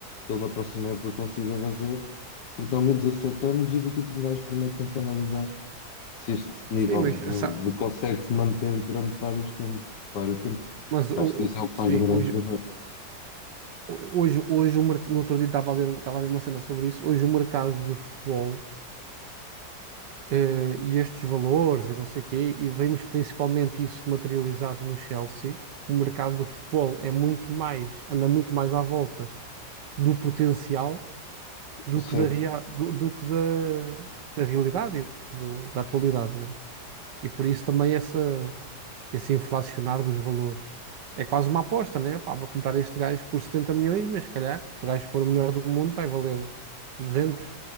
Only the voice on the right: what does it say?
Sim, mas, sa-
mas o,
o-
sim,
hoje,
Hoje, hoje o merc- no outro dia estava a ler, um- estava a ver uma cena sobre isso. Hoje o mercado do futebol eh, e estes valores e não sei o quê, e vemos principalmente isso materializado no Chelsea. O mercado do futebol é muito mais, anda muito mais à volta do potencial do
que da, rea- do, do que da, da realidade e do- da atualidade, né? E por isso também essa. esse inflacionar dos valores. É quase uma aposta, né? Pá, vou comprar este gajo por 70 milhões, mas se calhar, se o gajo for o melhor do mundo, vai valer 200,